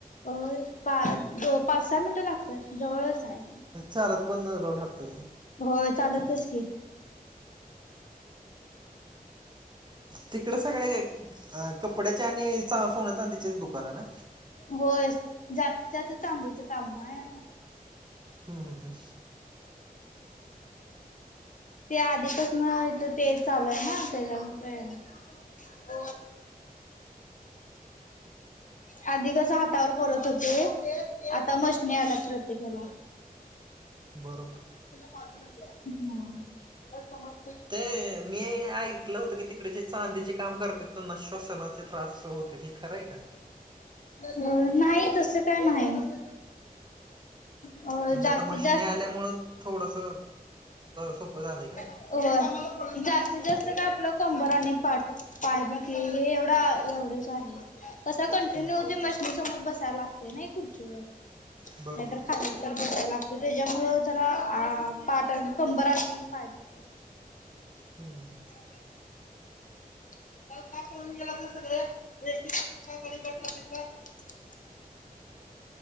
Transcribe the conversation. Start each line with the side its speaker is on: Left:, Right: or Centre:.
Left: अ पा पाच सहा मिनटं लागतात जवळच आहे.
Right: चालत पण जाऊ शकताय तुम्ही?
Left: हो चालतच की
Right: तिकडे सगळे कपड्याचे आणि सोन चांदीचेच दुकान आहे ना
Left: होयस जास्त जास्त चांदीच काम आहे.
Right: हं ह हं <unintelligible>
Left: ते आधीपासून इथ ते चालू आहे. ना त्याच्यामुळे <inaudible> आधी कस हातावर करत होते. आता मशनी आलात प्रत्येकाला
Right: बरोबर
Left: हा <inaudible>
Right: ते मी ऐकलं होतं की तिकडे जे चांदीचे काम करत त्यांना श्वसनाचे त्रास होते ते खरंय का
Left: नाही तस काय नाही अ
Right: म्हणजे
Left: जास्तीत
Right: आता मशिनी
Left: जास्त
Right: आल्यामुं थोडस सोपं झालंय का
Left: हो जास्तीत जास्त का आपलं कंबर आणि पाठ पाय बख हे एवढा एवढंच आहे. कस कंटिन्यू
Right: हां
Left: होते मशनी समोर बसायला लागते नाही खुर्चीवर
Right: बरोबर.
Left: नाहीतर खाली तर बसायला लागते त्याच्यामुळ ज पाठ कंबर आणि पाय दुखतात
Right: हम्म हम्म <unintelligible>
Left: <inaudible> <inaudible>
Right: <unintelligible>